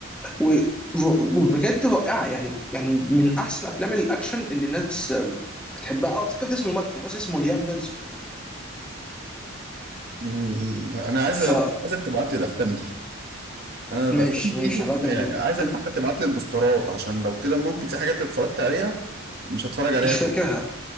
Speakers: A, in the centre; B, on the right.
A: و- و- وبجد رائعه يعني يعني من احسن افلام الاكشن اللي الناس آم، بتحبها اه افتكرت اسم الممثل الممثل اسمه ليام نيلسون
B: مم. انا عايز
A: ف
B: عايزك تبعت لي الافلام دي انا
A: ماشي
B: الافلام
A: ماشي
B: دي
A: هبعت لك
B: يعني
A: الفيلم.
B: عايزك
A: طب
B: حتى تبعت لي البوسترات عشان لو كده ممكن في حاجات اتفرجت عليها مش هتفرج عليها
A: مش
B: تاني
A: فاكرها